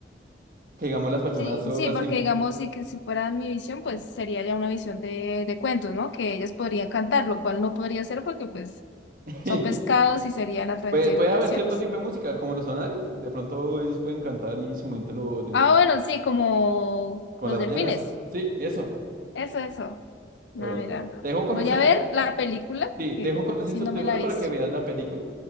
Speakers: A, on the right; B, on the left.
A: que digamos las personas
B: Sí,
A: sordas
B: sí, porque
A: y... mu-
B: digamos, sí que si fuera mi visión, pues sería ya una visión de, de cuentos, ¿no? Que ellas podrían cantar, lo cual no podría ser porque pues
A: <laughs>
B: son pescados y serían a través
A: Puede,
B: de
A: puede
B: vibraciones.
A: haber cierto tipo de música, como los sonares. De pronto ellos pueden cantar y su mente lo, lo interpreta.
B: Ah, bueno, sí, como
A: Con
B: los
A: las
B: delfines.
A: ballenas. Sí, eso.
B: Eso, eso. No,
A: Pero bueno.
B: mira.
A: Te dejo con
B: Voy
A: esa.
B: a ver la película,
A: Sí,
B: porque
A: te dejo con esa
B: si
A: incertidumbre
B: no me la
A: para
B: hizo.
A: que veas la película.